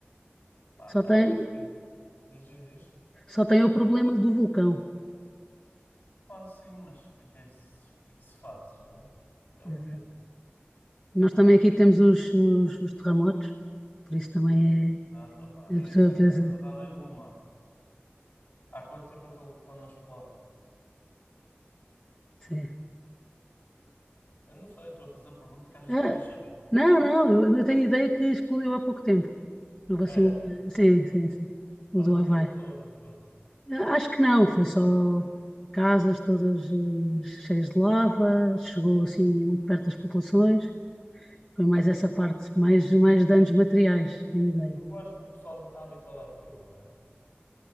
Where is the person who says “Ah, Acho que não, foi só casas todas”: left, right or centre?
Left